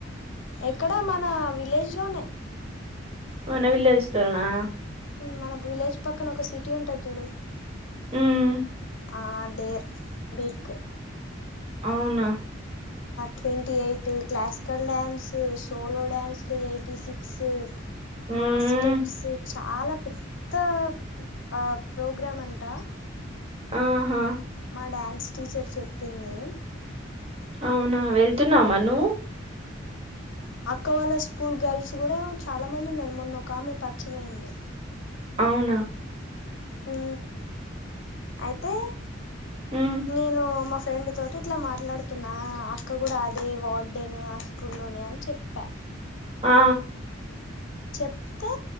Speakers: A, on the left; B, on the right.
A: ఎక్కడ మన విలేజ్ లోనే
B: అవునా వళ్లేజ్లోనా
A: మన విలేజ్ పక్కన ఒక సిటీ ఉంటది చూడు
B: హ్మ్.
A: ఆ దేర్ బికు
B: అవునా
A: twenty eight classical dance solo డన్సులు ఎయిటీ సిక్స్
B: హ్మ్.
A: మాస్టెప్స్ చాలా పెద్ద ఆ ప్రోగ్రాం అంట
B: ఆహా
A: ఆ డ్యాన్స్ టీచర్ చెప్పింది
B: అవునా వెళ్తున్నామా నువ్వు
A: అక్క వాళ్ళ స్కూల్ గర్ల్స్ కూడా చాలా మంది ఉన్నారు మొన్న ఒక ఆమె పరిచమైంది
B: అవునా
A: అ అయితే
B: హ్మ్.
A: నను మఫ ఫ్రెండ్ తోటి ఇట్లా మాట్లాడుతున్నా అక్క కూడా అదే వార్డేను ఆ స్కూ లోనే అని చెప్పా
B: ఆ
A: చెప్తే